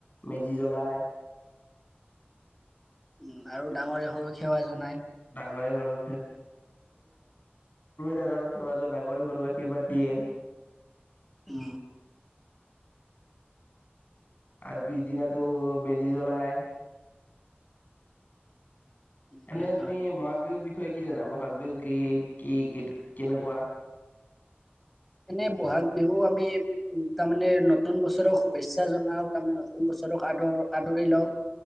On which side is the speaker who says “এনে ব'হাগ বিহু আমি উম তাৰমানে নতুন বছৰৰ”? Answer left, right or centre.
Centre